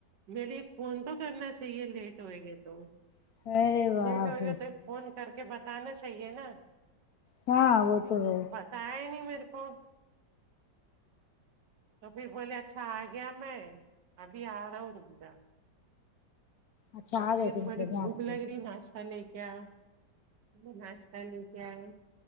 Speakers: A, on the right (about 75°); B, on the left (about 65°).
A: مے لی ایک فون تو کرنا چاہیے لیٹ ہوئے گے تو
B: ارے باپ
A: لیٹ ہوئے
B: رے
A: گا تو فون کر کے بتانا چاہیے نا
B: ہاں وہ تو ہے
A: بتا ہی نہیں میرے کو تو پھر بولے اچھا آ گیا میں ابھی آ رہا ہوں رک جا
B: اچھا
A: تو
B: آ
A: پھر
B: گئے تھے مطلب
A: بڑ
B: یہاں
A: بھوک لگ
B: سے
A: رہی ناشتہ لے کے ا ناشہ لے کے آے